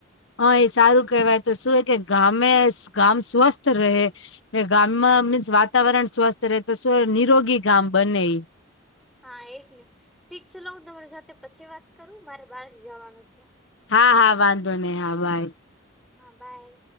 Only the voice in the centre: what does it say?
હા એજ ને ઠીક છેલો હું તમારી સાથે પછી વાત કરું મારે બહાર જવાનું છે.
હા બાય.